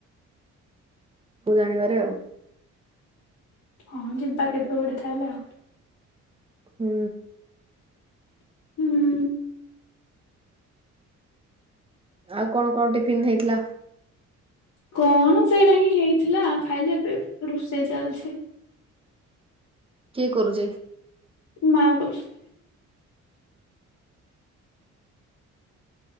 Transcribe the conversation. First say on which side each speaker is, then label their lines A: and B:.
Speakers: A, on the right; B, on the left.
A: ମୁଁ ଜାଣିବାରେ ଆଉ।
B: ହଁ ଯିବା କେବେ ଗୋଟେ ତାହାଲେ ଆଉ।
A: ହୁଁ।
B: ହୁଁ।
A: ଆଉ କଣ କଣ ଟିଫିନ ଦିଆହେଇଥିଲା?
B: କଣ ସେଇଟା ହିଁ ହେଇଥିଲା ଖାଇଲି ଏବେ ରୋଷେଇ ଚାଲଛି।
A: କିଏ କରୁଚେ?
B: ମା କରୁଛି।